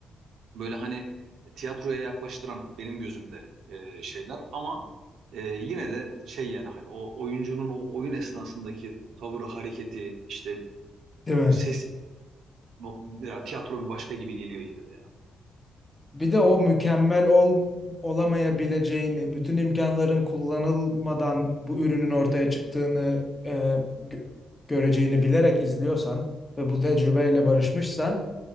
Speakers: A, on the right (about 80°); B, on the left (about 15°).
A: Böyle hani tiyatroya yaklaştıran benim gözümde e, şeyler ama e, yine de şey yani hani o oyuncunun o oyun esnasındaki tavırı, hareketi, işte
B: Değil mi?
A: ses, bu- ya tiyatro bir başka gibi geliyor yine de ya.
B: Bir de o mükemmel ol, olamayabileceğini, bütün imkanların kullanılmadan bu ürünün ortaya çıktığını e, gö- göreceğini bilerek izliyorsan ve bu tecrübeyle barışmışsan